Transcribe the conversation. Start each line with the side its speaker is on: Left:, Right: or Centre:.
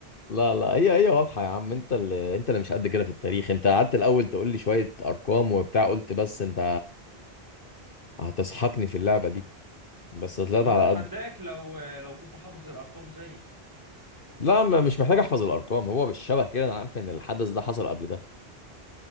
Left: لا لا هي هي واضحة يا عم انت اللي انت اللي مش قد كده في التاريخ انت قعدت الاول تقول لي شوية ارقام وبتاع قلت بس انت هتسحقني في اللعبة دي بس طلعت
Right: طب ما
Left: على
Right: انا اتحداك
Left: قد
Right: لو لو كنت حافظ الارقام زيي
Left: لا ما مش محتاج احفظ الارقام هو بالشبه كده انا عارف ان الحدث ده حصل قبل ده